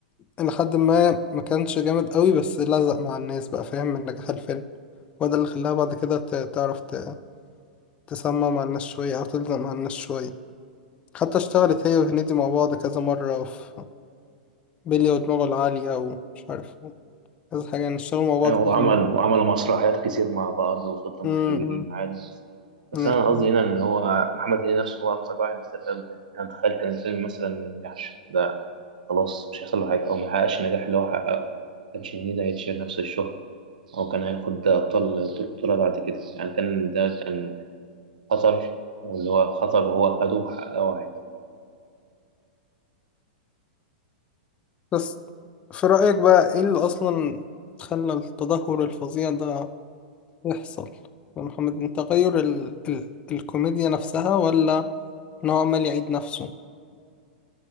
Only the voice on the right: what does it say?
أيوة،
وعمل
وعملوا مسرحيات كتير مع بعض وفضلوا
مكملين عادي بس بس
أنا قصدي هنا إن هو محمد هنيدي نفسه هو أكثر واحد استفاد كان أنا أتخيل كان الفيلم مثلا ما ينجحش ده خلاص مش هيحصل له حاجة أو ما يحققش النجاح اللي هو حققه ما كانش هنيدي هيتشير نفس الشهرة أو كان هياخد ده أبطال دور بطولة بعد كده يعني كان ده كان خطر واللي هو خطر وهو خده وحققه عادي